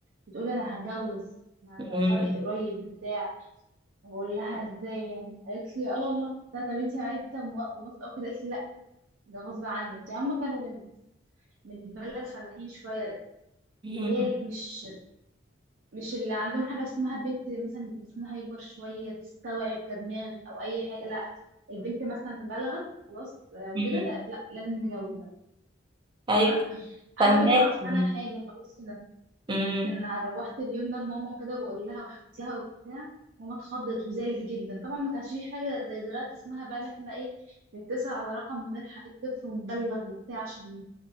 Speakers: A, on the right; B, on the right.
A: بتقول لي انا هتجوز أنا
B: مم.
A: فرحي قريب بتاع بقول لها ازاي يعني قالت لي اه والله لا طب انت عايزه مو- موافقه وكده قالت لي لا ده غصب عني وبتاع هم كانوا من من بلد فلاحين شويه
B: مم.
A: اللي هي مش مش اللي عندهم حاجه اسمها بنت مثلا جسمها يكبر شويه تستوعب كدماغ او اي حاجه لا البنت مثلا بلغت خلاص آه، وكده
B: مم.
A: لا لازم نجوزها فاهمه
B: ايوه
A: عايزه
B: فاهمك
A: اقول لك انا ما اعرفش عنها حاجه خلاص
B: امم
A: ان أنا روحت اليوم ده لماما وكده واقول لها وحكيت لها وبتاع ماما اتخضت وزعلت جدا طبعا ما كانش في حاجه زي دلوقتي اسمها بقى ان احنا ايه نتصل على رقم ونلحق الطفل ونبلغ وبتاع عشان